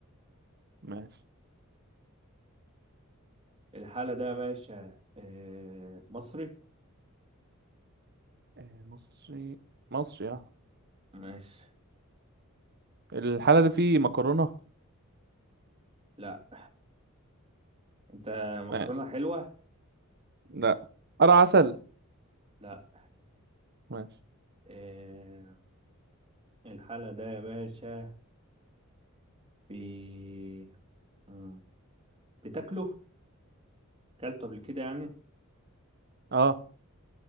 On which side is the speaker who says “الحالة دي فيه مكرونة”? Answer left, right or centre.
Right